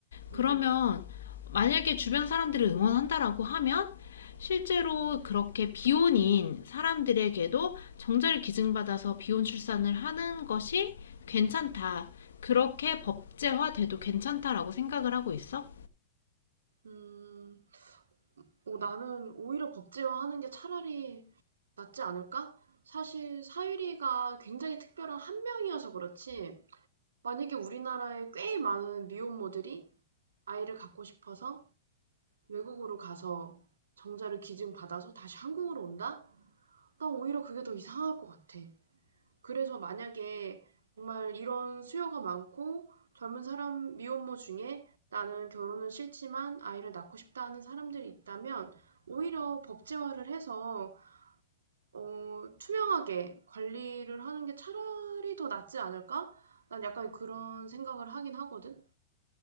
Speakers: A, on the left; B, on the right.
A: 그러면
B: 응.
A: 만약에 주변 사람들을 응원한다라고 하면 실제로 그렇게 비혼인 사람들에게도 정자를 기증받아서 비혼 출산을 하는 것이 괜찮다. 그렇게 법제화돼도 괜찮다라고 생각을 하고 있어?
B: 음, 어, 나는 오히려 법제화하는 게 차라리 낫지 않을까? 사실 사유리가 굉장히 특별한 한 명이어서 그렇지. 만약에 우리나라에 꽤 많은 미혼모들이 아이를 갖고 싶어서 외국으로 가서 정자를 기증받아서 다시 한국으로 온다? 난 오히려 그게 더 이상할 것 같아. 그래서 만약에 정말 이런 수요가 많고 젊은 사람 미혼모 중에 나는 결혼은 싫지만 아이를 낳고 싶다 하는 사람들이 있다면 오히려 법제화를 해서 어, 투명하게 관리를 하는 게 차라리 더 낫지 않을까? 난 약간 그런 생각을 하긴 하거든.